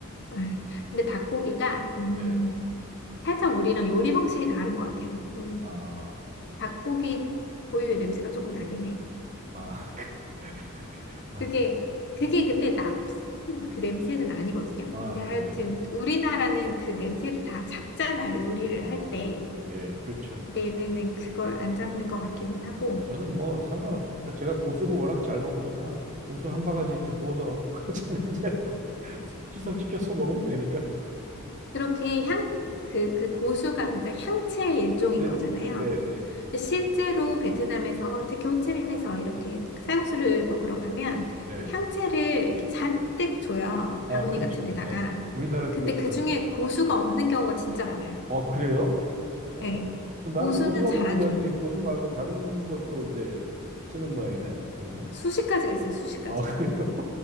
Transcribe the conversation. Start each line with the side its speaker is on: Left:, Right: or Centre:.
Left: 네. 근데 닭고기가 음,
Right: 네.
Left: 살짝 우리랑 요리 방식이 다른 것 같아요. 그
Right: 아,
Left: 닭고기 고유의 냄새가 조금 나긴 해요.
Right: 아, <laughs> 아,
Left: 그게 그게
Right: 네.
Left: 근데 나쁜 그 냄새는 아니거든요.
Right: 아,
Left: 근데 하여튼
Right: 그래요?
Left: 우리나라는 그 냄새를 다 잡잖아요. 요리를
Right: 아,
Left: 할 때.
Right: 예, 그렇죠.
Left: 얘네는 그걸 안 잡는 것 같기는 하고.
Right: 아, 저는 뭐 상관없습니다. 제가 고수를 워낙 잘 먹으니까 고수 한 바가지 이렇게 부어서 <laughs> 같이 냄새하고 <laughs> 희석시켜서 먹으면 되니까.
Left: 그렇게 향, 그, 그 고수가, 그러니까 향채의 일종인
Right: 네,
Left: 거잖아요.
Right: 네, 네, 네.
Left: 근데 실제로 베트남에서, 특히 호치민에서 이렇게 쌀국수를 먹으러 가면
Right: 네.
Left: 향채를 이렇게 잔뜩 줘요.
Right: 아,
Left: 바구니
Right: 그렇죠.
Left: 같은 데다가.
Right: 예. 우리나라도
Left: 근데
Right: 그렇더라고요.
Left: 그 중에
Right: 예.
Left: 고수가 없는 경우가 진짜 많아요.
Right: 어, 그래요? 어.
Left: 예.
Right: 나는
Left: 고수는
Right: 고수만
Left: 잘
Right: 먹는
Left: 안
Right: 줄
Left: 줘요.
Right: 알았더니 고수 말고 다른 걸 또 이제 쓰는 모양이네, 거기는.
Left: 수십 가지가 있어요, 수십 가지가.
Right: 아, 그래요?